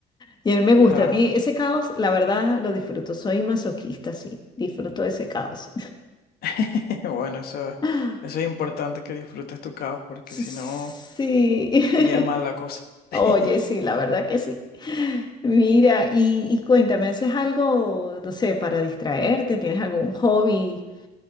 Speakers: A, on the left (about 25°); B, on the left (about 65°).
A: Y a mí me gusta,
B: claro.
A: a mí ese caos, la verdad, lo disfruto. Soy masoquista, sí, disfruto de ese caos.
B: <laughs> Bueno, eso,
A: <laughs>
B: eso es importante que disfrutes tu caos, porque
A: Sí,
B: si no, iría mal la cosa.
A: <laughs>
B: <laughs>
A: oye, sí, la verdad que sí. Mira, y, y cuéntame, ¿haces algo, no sé, para distraerte? ¿Tienes algún hobby